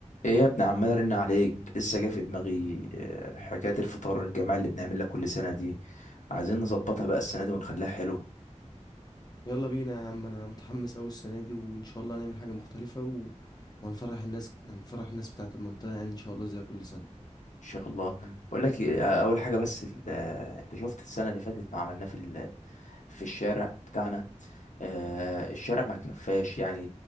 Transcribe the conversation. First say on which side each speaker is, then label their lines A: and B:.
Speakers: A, on the left; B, on the left.
A: ايه يا ابني عمال ارن عليك لسه جه في دماغي آه، حكايه الفطار الجماعي اللي بنعملها كل سنه دي عايزين نظبطها بقى السنه دي ونخليها حلو ان
B: يلا بينا يا عم انا متحمس قوي السنه دي وان شاء الله نعمل حاجه مختلفه و... وهنفرح الناس هنفرح الناس بتاعه المنطقه يعني ان شاء الله زي كل سنه
A: شاء الله بقول لك إيه، آه، اول حاجه بس ال- آه، انت شفت السنه اللي فاتت ما عملناه في في الشارع بتاعنا آه، الشارع ما كفاش يعني